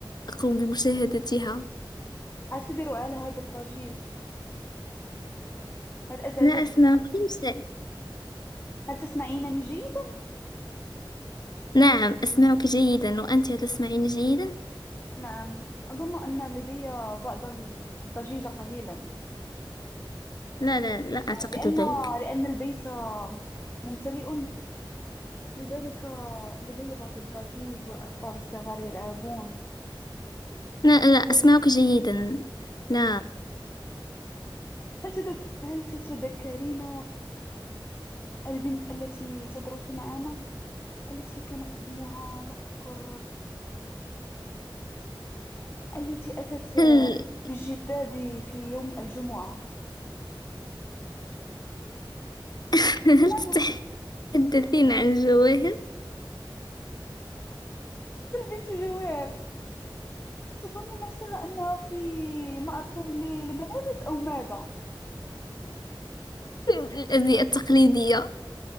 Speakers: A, on the left; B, on the left.
A: أقوم بمشاهدتها
B: هل تدير على هذا الضجيج هل أزعجك
A: لا أسمعك شيء
B: هل تسمعينني جيدا
A: نعم أسمعك جيدا وأنت تسمعين جيدا
B: نعم أظن أن لدي بعض الضجيج قليلا
A: لا لا لا أعتقد
B: لأن
A: ذلك
B: لأن البيت ممتلئ لذلك لدي بعض الضجيج والأطفال الصغار يلعبون
A: لا لا أسمعك جيدا لا
B: هل تت... هل تتذكرين البنت التي تدرس معنا التي كان اسمها لا أذكر التي أتت
A: هل
B: بالجلباب في يوم الجمعة هل
A: <laughs>
B: تذكرينها؟
A: هل تتحدثين عن الجواهر
B: <laughs> البنت جوير تظن نفسها أنها في معرض للملابس أو ماذا؟
A: الأزياء التقليدية